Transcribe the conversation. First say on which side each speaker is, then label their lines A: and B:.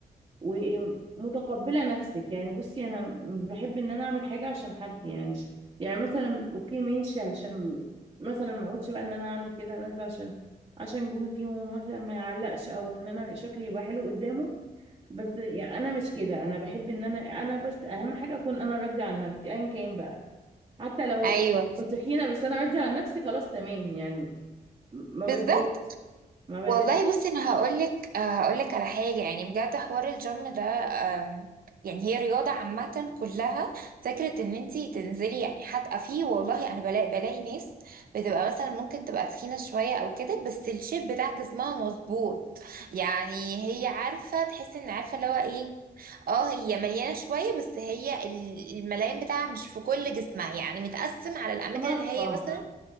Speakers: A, on the right; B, on the right.
A: ومتقبله نفسك يعني بصي انا مش بحب ان انا اعمل حاجه عشان حد يعني يعني مثلا اوكي ماشي عشان مثلا ما اقولش بقى ان انا هعمل كده انا نازله عشان عشان جوزي ومثلا ما يعلقش او ان انا شكلي يبقى حلو قدامه بس يعني انا مش كده انا بحب ان انا انا بس اهم حاجه اكون انا راضيه عن نفسي ايا كان بقى حتى لو
B: ايوه
A: لو تخينه بس انا راضيه عن نفسي خلاص تمام يعني ما بتضايقش
B: بالظبط
A: ما بتضايقش
B: والله بصي انا هقولك آه، هقولك على حاجه يعني بجد حوار الجيم ده آم، يعني هي رياضه عامه كلها فكره ان انتي تنزلي يعني حتى فيه والله انا بلاقي بلاقي ناس بتبقى مثلا ممكن تبقى تخينه شويه او كده بس الشيب بتاع جسمها مظبوط يعني هي عارفه تحس ان عارفه اللي هو ايه اه هي مليانه شويه بس هي ال- الملايين بتاعها مش في كل جسمها يعني متقسم على الاماكن
A: متناقضة
B: اللي هي مثلا